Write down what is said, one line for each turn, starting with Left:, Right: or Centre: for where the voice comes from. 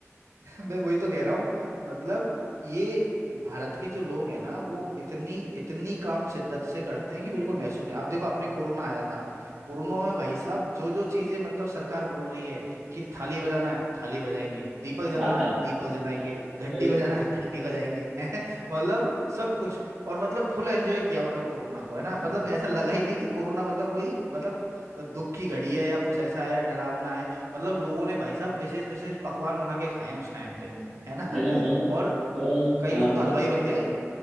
Right: <laughs> मैं वही तो कह रहा हूँ मतलब ये भारत के जो लोग हैं ना वो इतनी इतनी काम शिद्दत से करते हैं कि बिल्कुल महसूस नहीं आप देखो आपने कोरोना आया था कोरोना में भाई साहब जो जो चीजें मतलब सरकार बोल रही है कि थाली बजाना है थाली बजाएंगे दीपक
Centre: <laughs>
Right: जलाना
Centre: हम्म
Right: है दीपक जलाएंगे घंटी
Centre: भाई
Right: बजाना है घंटी बजाएंगे <laughs> हैं? मतलब सब कुछ और मतलब फुल एंजॉय किया मतलब कोरोना को है ना
Centre: हम्म
Right: मतलब ऐसा लगा ही नहीं कि कोरोना मतलब कोई मतलब दुख की घड़ी है या कुछ ऐसा है या डरावना है मतलब लोगों ने भाई साहब विशेष विशेष पकवान बना के खाए हैं उस टाइम पे
Centre: हम्म।
Right: है ना
Centre: भाई
Right: <laughs>
Centre: मैं बताऊँ
Right: और
Centre: कोरोना
Right: कई लोग
Centre: हाँ
Right: तो हलवाई बन गए